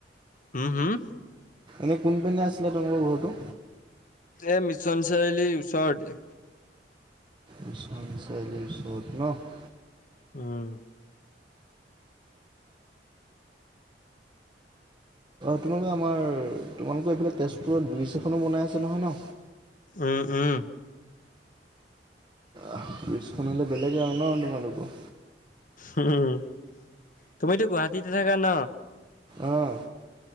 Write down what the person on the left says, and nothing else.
উম, হম।
এই মিছন চাৰিআলীৰ ওচৰতে।
উম,
উম, উম,
উম, তুমিতো গুৱাহাটীতে থাকা ন?